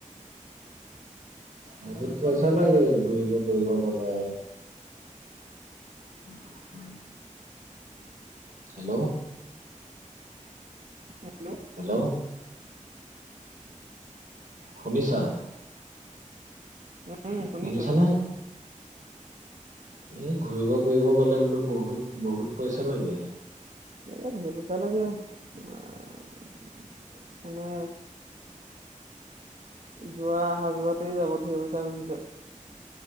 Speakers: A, on the right; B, on the right.
A: বহুত পইচা লাগে ঘূৰিব কৰিব গ'লে। <inaudible> হেল্ল'!
B: হেল্ল'!
A: হেল্ল'! শুনিছা?
B: উম, শুনিছোঁ
A: শুনিছানে
B: শুনিছোঁ।
A: এই ঘূৰিব ফুৰিব গ'লে বোলো বহুত - বহুত পইচা লাগে।
B: এ ঢেৰ পইচা লাগে তোমাৰ মানে যোৱা আহা যোৱাতেই যাব ধেৰ পইচা গুচি যায়।